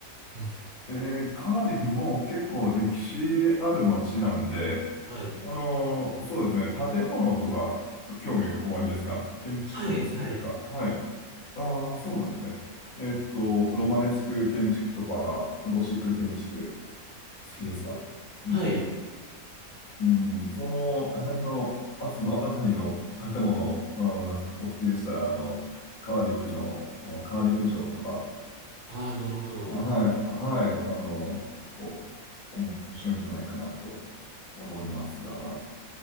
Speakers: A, on the right; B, on the left.
A: <laughs>
B: えーカーディフも結構歴史ある街なんで、
A: はい。
B: あのーそうですね、建物とか興味おありですか建築物というか、
A: はい、はい。
B: はい。ああ、そうなんですね。えーっと、ロマネスク建築とか、ゴシック建築、好きですかうん、
A: えーはい。
B: うん、その辺の、あ、その辺りの建物あーがお好きでしたら、あの、カーディフの、あのカーディフ城とか、
A: はい、なるほど。
B: はい、はい、あの、結構面白いんじゃないかなと思いますが、